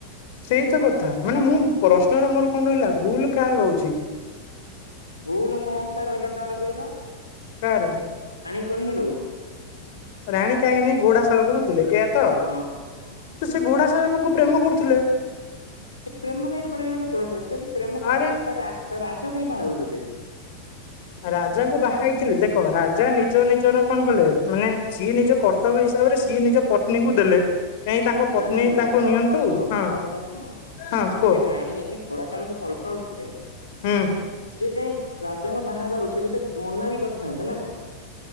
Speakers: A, on the left (about 50°); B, on the left (about 85°).
A: ସେଇତ କଥା ମାନେ ମୁଁ ପ୍ରଶ୍ନରେ ମୋର କଣ ରହିଲା ଭୁଲ କାହାର ରହୁଛି?
B: ଭୁଲ୍ ମୋ ଅନୁସାରେ ରହିଲା କାଆର କଇଲ?
A: କାର?
B: କାହିଁକି ରହୁଚି?
A: ରାଣୀ କାହିଁକି ନାଇଁ ଘୋଡାଶାଳକୁ ବୁଝିଲେ ଏୟା ତ ତୁ
B: ହଁ ହଁ।
A: ସେ ଘୋଡା ସା ସାଳକ କୁ ପ୍ରେମ କରୁଥିଲେ।
B: ସେ ପ୍ରେମ କାଇଁ <unintelligible> ସେ ବି ପ୍ରେମ କରିଥାନ୍ତା
A: ଆରେ
B: ତା ରାଜା କାଇଁ ବାହାଉଥିଲେ?
A: ରାଜାଙ୍କୁ ବାହା ହେଇଥିଲେ ଦେଖ ରାଜା ନିଜ ନିଜର କଣ କଲେ ମାନେ ସିଏ ନିଜ କର୍ତ୍ତବ୍ୟ ହିସାବରେ ସିଏ ନିଜ ପତ୍ନୀଙ୍କୁ ଦେଲେ। କାହିଁ ତାଙ୍କ ପତ୍ନୀ
B: ନା ନା ମୋ
A: ତାଙ୍କୁ
B: କଥା
A: ନିଅନ୍ତୁ
B: ଶୁଣ
A: ହଁ
B: ମୋ କଥା ଶୁଣ।
A: ହଁ କୁହ
B: ଯଦି ରାଣୀ ଘୋଡା ଚାଳକକୁ ଭଲ ପାଉଥିଲେ
A: ହୁଁ
B: ସିଏ କାଇଁ ରାଜାଙ୍କ ବାହାହବାକୁ ସେଇଠି ସେ ମନା ବି କରିଥାନ୍ତେ ନା।